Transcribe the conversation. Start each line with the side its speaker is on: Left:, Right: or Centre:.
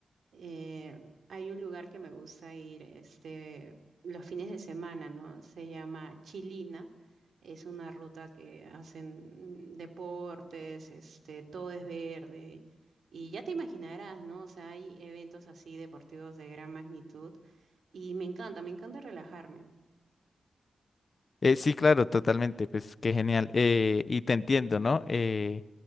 Right: Eh, hay un lugar que me gusta ir este, los fines de semana, ¿no? Se llama Chilina. Es una ruta que hacen mm, deportes, este, todo es verde. Y ya te imaginarás, ¿no? O sea, hay eventos así deportivos de gran magnitud y me encanta, me encanta relajarme.
Left: Eh, sí, claro, totalmente, pues qué genial. Eh, y te entiendo, ¿no? Eh,